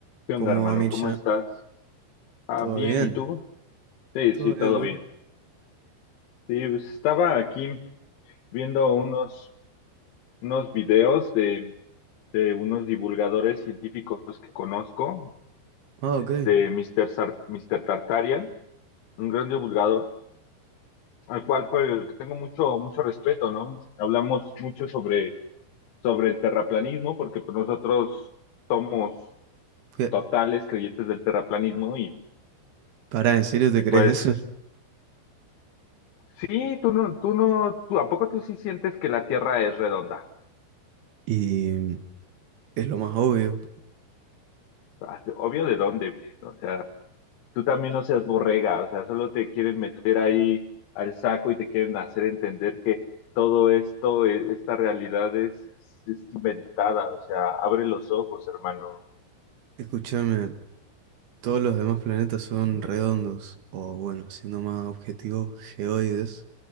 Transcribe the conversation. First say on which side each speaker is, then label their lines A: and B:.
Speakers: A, on the left (about 80°); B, on the right (about 65°).
A: ¿Qué
B: ¿Cómo
A: onda, hermano?
B: va, Mircha?
A: ¿Cómo estás? Ah,
B: ¿Todo
A: bien,
B: bien?
A: ¿y tú? Sí,
B: ¿Todo
A: sí, todo
B: bien, vos?
A: bien. Sí, pues estaba aquí viendo unos, unos videos de, de unos divulgadores científicos que conozco,
B: Ah,
A: este
B: ok.
A: Mr. Sar- Mr. Tartarian, un gran divulgador, al cual pues tengo mucho, mucho respeto, ¿no? Hablamos mucho sobre, sobre el terraplanismo, porque pues, nosotros somos
B: ¿Qué?
A: totales creyentes del terraplanismo y,
B: Pará, ¿en serio te
A: y pues
B: crees eso?
A: Sí, tú no, tú no, tú, ¿a poco tú sí sientes que la Tierra es redonda?
B: Y mm, es lo más obvio.
A: Ah, Obvio de dónde, men, o sea, tú también no seas borrega, o sea, solo te quieren meter ahí al saco y te quieren hacer entender que todo esto, e- esta realidad es, es- es inventada, o sea, abre los ojos, hermano.
B: Escúchame, todos los demás planetas son redondos, o bueno, siendo más objetivo, geoides,